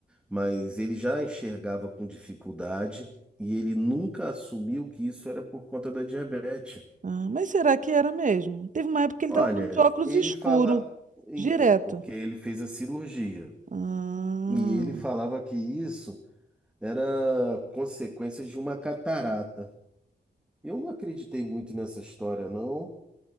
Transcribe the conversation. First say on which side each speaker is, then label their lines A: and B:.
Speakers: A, in the centre; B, on the right (about 45°).
A: mas ele já enxergava com dificuldade e ele nunca assumiu que isso era por conta da diabetes.
B: Ah, mas será que era mesmo? Teve uma época que ele
A: Olha,
B: estava andando de óculos
A: ele
B: escuro,
A: fala, então,
B: direto.
A: porque ele fez a cirurgia
B: Ah.
A: e ele falava que isso era consequência de uma catarata. Eu não acreditei muito nessa história, não,